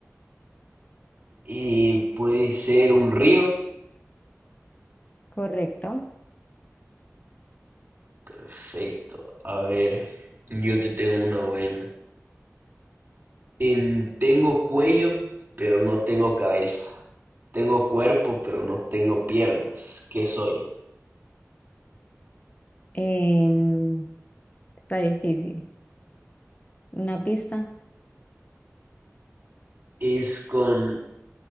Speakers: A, on the right; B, on the left.
A: Eh, puede ser un río.
B: Correcto.
A: Perfecto. A ver, yo te tengo una buena. Em, tengo cuello, pero no tengo cabeza. Tengo cuerpo, pero no tengo piernas. ¿Qué soy?
B: Em, está difícil. ¿Una pista?
A: Es con